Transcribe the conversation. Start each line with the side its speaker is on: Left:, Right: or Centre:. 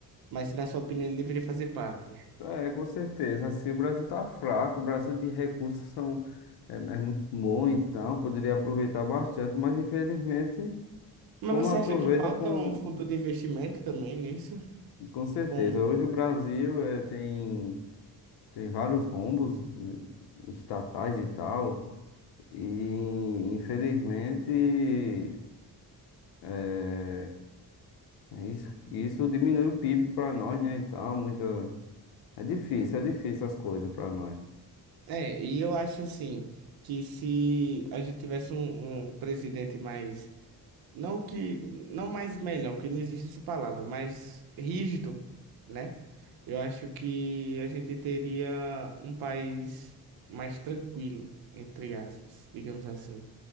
Right: Mas, na sua opinião, ele deveria fazer parte.
Left: É, com certeza. Assim, o Brasil tá fraco, o Brasil de recursos são é, é muito bom, então poderia aproveitar bastante, mas infelizmente
Right: Mas
Left: como
Right: você
Left: aproveita
Right: acha que falta
Left: com
Right: um fundo de investimento também nisso?
Left: com certeza.
Right: Como...
Left: Hoje o Brasil é, tem tem vários rombos eh, estatais e tal. E infelizmente É, é isso, isso diminui o PIB para nós, né? E tal, muita. É difícil, é difícil as coisas para nós.
Right: É, e eu acho assim, que se a gente tivesse um, um presidente mais Não que, não mais melhor, que não existe essa palavra, mas rígido, né? Eu acho que a gente teria um país mais tranquilo, entre aspas, digamos assim.